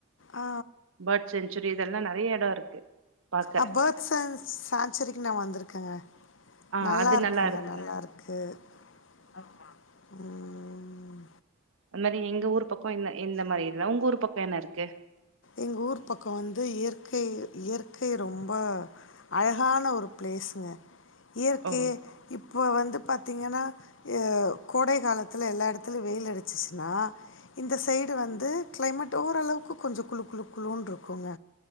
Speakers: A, on the left (about 60°); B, on the right (about 70°).
A: ஆ
B: பேர்ட் செஞ்சுரி இதெல்லா நெறைய எடோ இருக்கு பாக்க
A: ஆ பேர்ட் சேஞ்ச் சேஞ்சுரிக்கு நா வந்திருக்கேங்க
B: ஆ
A: நல்லாருக்குங்க
B: அது நல்லா இருக்கு
A: நல்லாருக்கு ஆமா ம்
B: அது மாரி எங்க ஊர் பக்கம் என்ன இந்த மாரி இல்ல உங்க ஊர் பக்கம் என்ன இருக்கு
A: எங்க ஊர் பக்கோ வந்து இயற்கை இயற்கை ரொம்ப அழகான ஒரு பிளேஸ்ங்க இயற்கைய
B: ஓ
A: இப் இப்போ வந்து பாத்திங்கன்னா ஏ கோடை காலத்தில எல்லா எடத்துலயு வெயில் அடிச்சிச்சுனா இந்த சைடு வந்து கிளைமேட் ஓரளவுக்கு கொஞ்சோ குளு குளு குளுனு இருக்குங்க